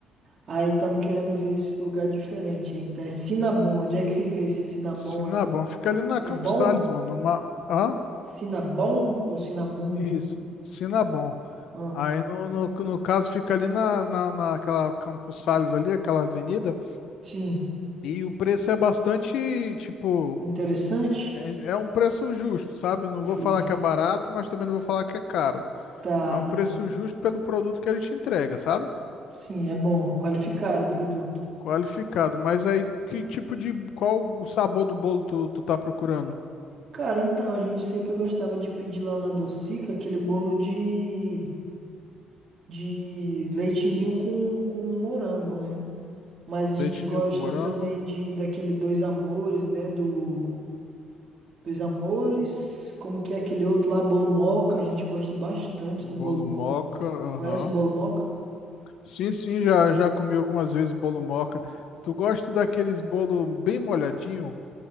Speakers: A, on the right (about 40°); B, on the left (about 70°).
A: Aí estamos querendo ver esse lugar diferente. Então é Sinabum. Onde é que fica esse Sinabum
B: Sinabon,
A: aí?
B: fica ali na
A: É
B: Campos
A: bom?
B: Sales, mano. Uma... Hã?
A: Sinabum ou Sinabum?
B: Isso, Sinabon.
A: Ah,
B: Aí no, no, no caso fica ali na, na, naquela Campos Sales ali, aquela avenida,
A: sim.
B: e o preço é bastante, tipo,
A: Interessante?
B: é, é um preço justo, sabe? Não
A: Justo.
B: vou falar que é barato, mas também não vou falar que é caro.
A: Tá.
B: É um preço justo pelo produto que ele te entrega, sabe?
A: Sim, é bom. Qualificado o produto.
B: Qualificado. Mas aí, que tipo de, qual o sabor do bolo tu, tu tá procurando?
A: Cara, então a gente sempre gostava de pedir lá na Docica aquele bolo de, de leitinho com, com morango, né? Mas a gente
B: Leite
A: gosta
B: ninho com morango,
A: também de daquele Dois Amores, né? Do Dois Amores, como que é aquele outro lá, Bolo Moca, a gente gosta bastante do Bolo
B: bolo
A: Moca.
B: moca, aham.
A: Conhece o Bolo Moca?
B: Sim, sim, já, já comi algumas vezes bolo moca. Tu gosta daqueles bolo bem molhadinho?